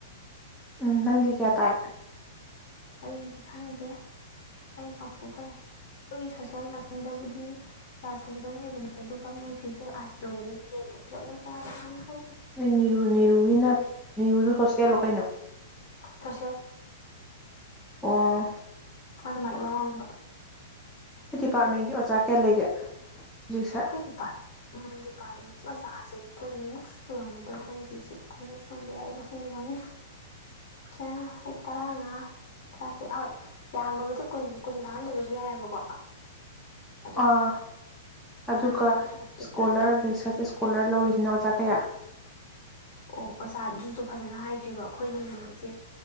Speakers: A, in the centre; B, on the left.
A: ꯎꯝ ꯅꯪꯗꯤ ꯀꯌꯥ
B: ꯑꯗꯨꯃꯥꯏꯅ
A: ꯇꯥꯏ
B: ꯑꯩꯗꯤ ꯈꯪꯗꯦ ꯑꯩ ꯀꯐꯨ ꯐꯔꯦ ꯑꯩꯈꯣꯏꯒꯤ ꯁꯣꯁꯦꯜ ꯂꯝꯗꯕꯨꯗꯤ ꯀꯌꯥ ꯁꯨꯕꯗꯣ ꯂꯩꯕꯅꯤ ꯑꯗꯨꯒ ꯃꯣꯏ ꯐꯤꯖꯤꯀꯦꯜ ꯑꯥꯏ ꯀ ꯑꯣꯏꯗꯗꯤ ꯌꯦꯡꯗꯦ ꯄꯨꯂꯞꯅ ꯀꯌꯥ ꯇ ꯍꯧ
A: ꯅꯤꯔꯨ ꯅꯤꯔꯨꯒꯤꯅꯅꯥ ꯅꯤꯔꯨꯗꯨ ꯁꯣꯁꯤꯂꯣ ꯀꯥꯏꯩꯅꯣ
B: ꯇꯁꯦ
A: ꯑꯣ
B: ꯑꯗ ꯃꯥ ꯋꯥꯝꯕ
A: ꯅꯣꯏ ꯗꯤꯄꯥꯔꯠꯃꯦꯟꯒꯤ ꯑꯣꯖꯥ ꯀꯌꯥ ꯂꯩꯒꯦ ꯍꯧꯖꯤꯛꯁꯦ
B: ꯈꯣꯏꯗꯤ ꯄ ꯎꯗꯤ ꯄꯅꯤ ꯑꯣꯖꯥꯁꯦ ꯀꯨꯟꯃꯨꯛ ꯁꯨꯔꯒꯗ ꯍꯪꯈꯤ ꯏꯆꯦ ꯀꯨꯟꯃꯨꯛ ꯁꯨꯔꯝꯕ ꯌꯥꯏ ꯃꯁꯤꯡꯕꯨ ꯍꯪꯗꯦ ꯀꯌꯥ ꯑꯩ ꯇꯔꯥꯉꯥ ꯇꯔꯥꯇꯔꯦꯠ ꯍꯣꯏ ꯌꯥꯝꯃꯕꯗ ꯀꯨꯟ ꯀꯨꯟ ꯐꯍꯟꯗꯕꯁꯨ ꯌꯥꯏꯑꯕꯀꯣ ꯑꯗꯨꯝ
A: ꯑꯥ ꯑꯗꯨꯒ
B: ꯇꯔꯥꯃꯉꯥ ꯇꯔꯥꯇꯔꯨꯛ
A: ꯏꯁꯀꯣꯂꯔ
B: ꯇꯔꯥꯇꯔꯦꯠ
A: ꯔꯤꯁꯔꯁ ꯏꯁꯀꯣꯂꯔ ꯂꯧꯔꯤꯁꯤꯅꯣ ꯑꯣꯖꯥ ꯀꯌꯥ
B: ꯑꯣ ꯑꯣꯖꯥ ꯑꯗꯨꯁꯨ ꯐꯖꯅ ꯍꯥꯏꯗ꯭ꯔꯤꯕ ꯑꯩꯈꯣꯏꯒꯤ ꯅꯨꯃꯤꯠꯁꯦ